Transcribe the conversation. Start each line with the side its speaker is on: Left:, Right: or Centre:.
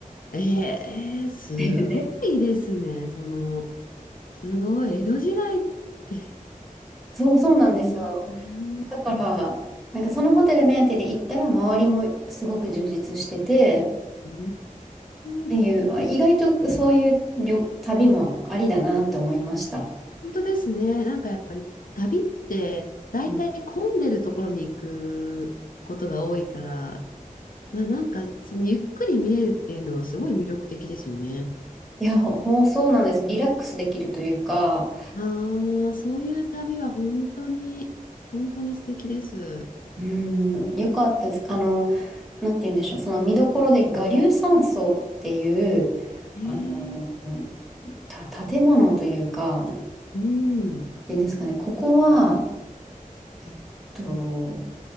Left: ええすごいですね。
Centre: でで
Left: その、すごい。江戸時代って
Centre: そうそうなんですよ。
Left: す
Centre: だから、
Left: ごい。
Centre: なんかそのホテル目当てで行ったら、周りもすごく充実してて、っ
Left: うーん、
Centre: ていう、あ意外とそういう旅、旅もありだなって思いました。
Left: 本当ですね。なんかやっぱり旅って大体混んでるところに行くことが多いから、
Centre: うん
Left: まあなんかそのゆっくり見れるっていうのはすごい魅力的ですよね。
Centre: いや、ほ、ほそうなんです。リラックスできるというか、
Left: ああ、そういう旅は本当に、本当に素敵です。
Centre: うん、よかったです。あの、なんて言うんでしょう、その見どころで我流山荘っていう、
Left: ええ
Centre: あの、た、建物というか、
Left: うん、
Centre: いいんですかね、ここは、えっと、